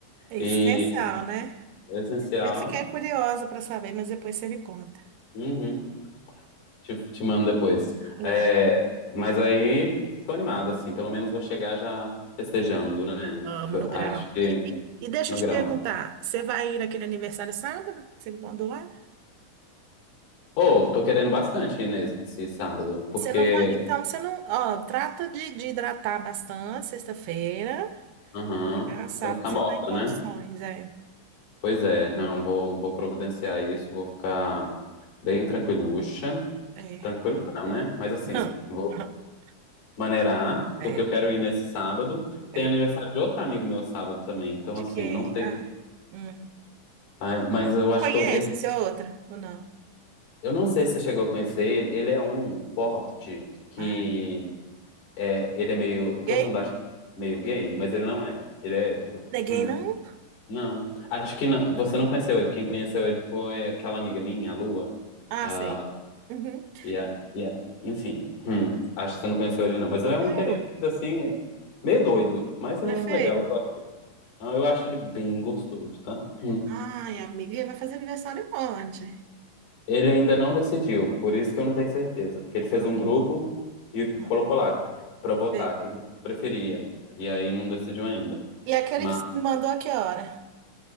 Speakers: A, on the right; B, on the left.
A: É
B: E
A: essencial, né?
B: é essencial.
A: Eu fiquei curiosa para saber, mas depois você me conta.
B: Uhum. Te, te mando depois.
A: Hum,
B: É, mas aí, tô animado, assim. Pelo menos vou chegar já festejando, né?
A: amo
B: F-
A: no grau.
B: Acho que
A: E, e deixa
B: no
A: eu te
B: grão.
A: perguntar, você vai ir naquele aniversário sábado? Você me mandou lá?
B: Ô, tô querendo bastante ir nesse sábado, porque...
A: Você não vai, então você não, ó, trata de, de hidratar bastante sexta-feira,
B: Aham,
A: tá? Sábado
B: pra não ficar
A: você
B: morta,
A: tá em condições,
B: né?
A: é.
B: Pois é, não, vou, vou providenciar isso, vou ficar bem tranquiluxa.
A: É.
B: Tranquiluxa não, né? Mas assim,
A: <laughs>
B: vou maneirar,
A: É.
B: porque eu quero ir nesse sábado. Tem
A: É.
B: aniversário de outro amigo meu sábado também, então
A: De
B: assim,
A: quem?
B: não sei...
A: Ah, hum.
B: Ai, mas eu
A: Não
B: acho
A: conheço,
B: que eu,
A: essa é outra, ou não?
B: Eu não sei se você chegou a conhecer ele. Ele é um forte
A: Hum.
B: que
A: Ai,
B: é, ele é meio, todo
A: gay?
B: mundo acha que é meio gay, mas ele não é. Ele é hétero.
A: Não é gay,
B: Hum,
A: não?
B: não. Acho que não. Você não conheceu ele. Quem conheceu ele foi aquela amiga minha, a Lua.
A: Ah,
B: Ah,
A: sei. Uhum.
B: e a- e a- Enfim, hum, acho que você não conheceu ele não, mas
A: Solteiro?
B: ele é um querido assim, meio doido, mas
A: Não
B: ele é
A: é feio?
B: legal. Eu gosto. Ah, eu acho ele bem gostoso, tá? Hum.
A: Ai, amiga, e vai fazer aniversário onde?
B: Ele ainda não decidiu, por isso que eu não tenho certeza, porque ele fez
A: Ok.
B: um grupo e colocou
A: Uhum.
B: lá pra votar
A: Sei.
B: o que que preferia, e aí não decidiu ainda.
A: E aquele
B: Mas
A: que se me mandou a que hora?